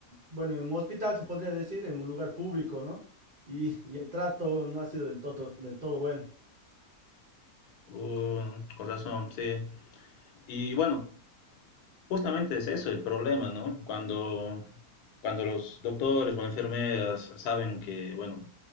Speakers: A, on the right; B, on the left.
A: bueno, en un hospital, se podría decir, en un lugar público, ¿no? Y, y el trato no ha sido del todo, del todo bueno.
B: Uh, con razón, sí. Y bueno, justamente es eso el problema, ¿no? Cuando, cuando los doctores o enfermeras saben que, bueno,